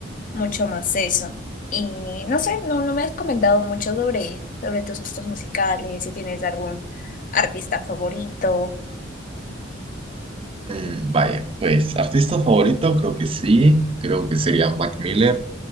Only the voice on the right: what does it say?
Mm, Vaya, pues artista favorito, creo que sí, creo que sería Mac Miller,